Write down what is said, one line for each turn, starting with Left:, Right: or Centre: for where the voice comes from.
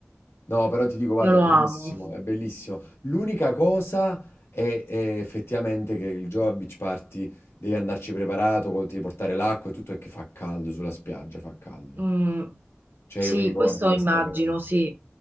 Left: No, però ti dico, guarda,
Right: io lo
Left: è bellissimo,
Right: amo.
Left: è bellissimo. L'unica cosa è, è effettivamente che il Joe a Beach Party devi andarci preparato, co- ti devi portare l'acqua e tutto, è che fa caldo sulla spiaggia, fa caldo.
Right: Mm,
Left: Cioè,
Right: sì,
Left: io mi ricordo
Right: questo
Left: questa
Right: immagino,
Left: cosa.
Right: sì.